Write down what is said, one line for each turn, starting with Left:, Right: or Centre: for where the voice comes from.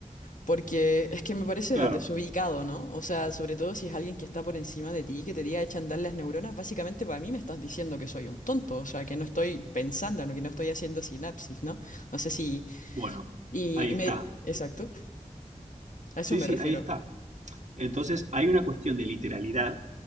Left: Porque es que me parece
Right: Claro,
Left: desubicado, ¿no? O sea, sobre todo si es alguien que está por encima de ti, que te diga echan andar las neuronas, básicamente para mí me estás diciendo que soy un tonto, o sea, que no estoy pensando, ¿no? Que no estoy haciendo sinapsis, ¿no? No sé si...
Right: bueno,
Left: Y,
Right: ahí
Left: y
Right: está.
Left: me... Exacto, a eso
Right: Sí,
Left: me
Right: sí,
Left: refiero.
Right: ahí está. Entonces hay una cuestión de literalidad